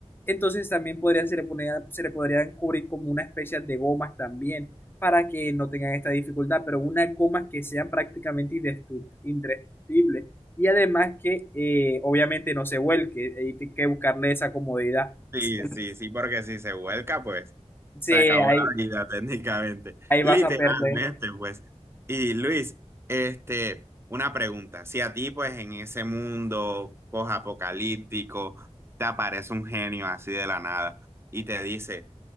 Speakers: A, on the left; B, on the right.
A: Entonces también podrían, se le, ponía- se le podrían cubrir como una especie de gomas también para que no tengan esta dificultad, pero unas gomas que sean prácticamente indestu- indestructibles y además que eh, obviamente no se vuelque, hay que buscarle esa comodidad.
B: Sí,
A: Sí,
B: sí, sí, porque si se vuelca, pues
A: sí,
B: se acabó
A: ahí,
B: la vida <laughs> técnicamente,
A: ahí
B: literalmente,
A: vas a perder.
B: pues. Y Luis, este, una pregunta, si a ti, pues, en ese mundo post-apocalíptico, te aparece un genio así de la nada y te dice,